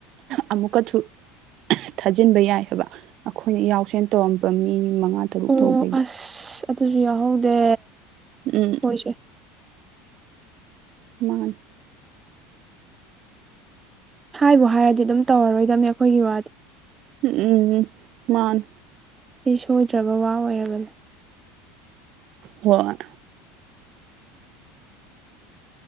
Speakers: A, on the right (about 55°); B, on the right (about 25°).
A: ꯑꯃꯨꯛꯀꯁꯨ ꯊꯥꯖꯤꯟꯕ ꯌꯥꯏ ꯍꯥꯏꯕ ꯑꯩꯈꯣꯏꯅ ꯌꯥꯎꯁꯦꯟ ꯇꯧꯔꯝꯕ ꯃꯤ ꯃꯉꯥ ꯇꯔꯨꯛ
B: ꯑꯣ
A: ꯇꯧꯕꯩꯗꯣ
B: ꯑꯁ ꯑꯗꯨꯁꯨ ꯌꯥꯎꯍꯧꯗꯦ
A: ꯎꯝ
B: ꯍꯣꯏꯁꯦ
A: ꯃꯥꯥꯅꯤ
B: ꯍꯥꯏꯕꯨ ꯍꯥꯏꯔꯗꯤ ꯑꯗꯨꯝ ꯇꯧꯔꯔꯣꯏꯗꯝꯅꯤ ꯑꯩꯈꯣꯏꯒꯤ ꯋꯥꯗꯤ
A: ꯎꯝ ꯎꯝ ꯎꯝ ꯃꯥꯅꯦ
B: ꯁꯤ ꯁꯣꯏꯗ꯭ꯔꯕ ꯋꯥ ꯑꯣꯏꯔꯕꯅꯤ
A: ꯍꯣꯢ <unintelligible>